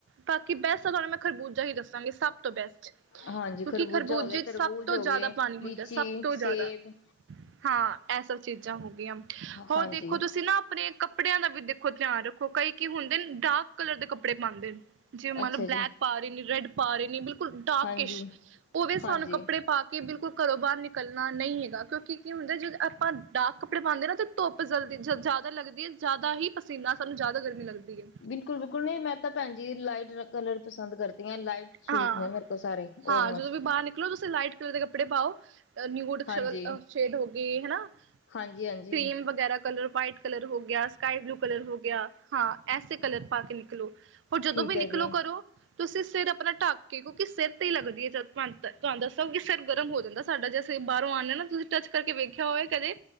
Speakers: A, on the right (about 75°); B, on the left (about 70°).
A: ਬਾਕੀ ਬੈਸਟ ਆ ਤੁਹਾਨੂੰ ਮੈਂ ਖਰਬੂਜਾ ਹੀ ਦੱਸਾਂਗੀ ਸਭ ਤੋਂ ਬੈਸਟ
B: ਹਾਂਜੀ
A: ਕਿਉਂਕਿ
B: ਖਰਬੂਜਾ
A: ਖਰਬੂਜੇ
B: ਹੋ ਗਿਆ ਤਰਬੂਜ
A: ਸਭ ਤੋਂ
B: ਹੋ ਗਏ
A: ਜ਼ਿਆਦਾ ਪਾਣੀ ਹੁੰਦਾ
B: ਲੀਚੀ
A: ਸਭ ਤੋਂ ਜ਼ਿਆਦਾ
B: ਸੇਬ
A: ਹਾਂ ਐਸਾ ਚੀਜ਼ ਹੋ ਗ ਹੋਰ
B: ਹਾਂਜੀ
A: ਦੇਖੋ ਤੁਸੀਂ ਨਾ ਆਪਣੇ ਕੱਪੜਿਆਂ ਦਾ ਵੀ ਦੇਖੋ ਧਿਆਨ ਰੱਖੋ ਕਈ ਕੀ ਹੁੰਦੇ ਡਾਕ ਕਲਰ ਦੇ ਕੱਪੜੇ ਪਾਂਦੇ ਨੇ ਜੇ ਮਤਲਬ
B: ਅੱਛਾ
A: ਬਲੈਕ
B: ਜੀ
A: ਪਾ ਰਹੇ ਨੇ ਰੈਡ ਪਾ ਰਹੇ ਨੇ ਬਿਲਕੁਲ ਡਾਕਿਸ਼
B: ਹਾਂਜੀ
A: ਉਹਵੇ ਵੀ ਸਾਨੂੰ
B: ਹਾਂਜੀ
A: ਕੱਪੜੇ ਪਾ ਕੇ ਬਿਲਕੁਲ ਘਰੋਂ ਬਾਹਰ ਨਿਕਲ ਕਰੱਲਣਾ ਨਹੀਂ ਹੈਗਾ ਕਿਉਂਕਿ ਕੀ ਹੁੰਦਾ ਜ ਆਪਾਂ ਕੱਪੜੇ ਪਾਉਂਦੇ ਨਾ ਤੇ ਧੁੱਪਲਦੀ ਜ਼ਿਆਦਾ ਲੱਗਦੀ ਜ਼ਿਆਦਾ ਹੀ ਪਸੀਨਾ ਸਾਨੂੰ ਜ਼ਿਆਦਾ ਗਰਮੀ ਲੱਗਦੀ ਹੈ
B: ਬਿਲਕੁਲ-ਬਿਲਕੁਲ ਨਹੀਂ ਮੈਂ ਤਾਂ ਭੈਣ ਜੀ ਲਾਈਟ ਕਲਰ ਪਸੰਦ ਕਰਦੀਆਂ ਲਾਈਟ ਸੂਟ
A: ਹਾਂ-ਹਾਂ
B: ਨੇ ਮੇਰੇ ਕੋਲ ਸਾਰੇ ਓਲਮੋਸਟ
A: ਜਦੋਂ ਵੀ ਬਾਹਰ ਨਿਕਲੋ ਤੁਸੀਂ ਲਾਈਟ ਕਲਰ ਦੇ ਕੱਪੜੇ ਪਾਓ ਨਿਊਡ ਸ
B: ਹਾਂਜੀ
A: ਸ਼ੇਡ ਹੋ ਗਈ ਹਨਾ
B: ਹਾਂਜੀ ਹਾਂਜੀ
A: ਕ੍ਰੀਮ ਵਗੈਰਾ ਕਲਰ, ਵਾਈਟ ਕਲਰ ਹੋ ਗਿਆ, ਸਕਾਈ ਬਲੂ ਕਲਰ ਹੋ ਗਿਆ ਹਾਂ ਐਸੇ ਕਲਰ ਪਾ ਕੇ ਨਿਕ ਨਿਕਲੋ ਹ ਜਦੋਂ
B: ਠੀਕ
A: ਵੀ
B: ਹੈ
A: ਨਿਕਲੋ
B: ਜੀ
A: ਘਰੋ ਤੁਸੀਂ ਸਿਰ ਆਪਣਾ ਢੱਕ ਕੇ ਕਿਉਂਕਿ ਸਿਰ ਤੇ ਹੀ ਲੱਗਦੀ ਹੈ ਜ ਤੁਹਾਨੂੰ ਦੱਸੋ ਕਿ ਸਿਰ ਗਰਮ ਹੋ ਜਾਂਦਾ ਸਾਡਾ ਜੇ ਅਸੀਂ ਬਾਹਰੋਂ ਆਉਂਦੇ ਹ ਨਾ ਤੁਸੀਂ ਟੱਚ ਕਰਕੇ ਵੇਖਿਆ ਹੋਵੇ ਕਦੇ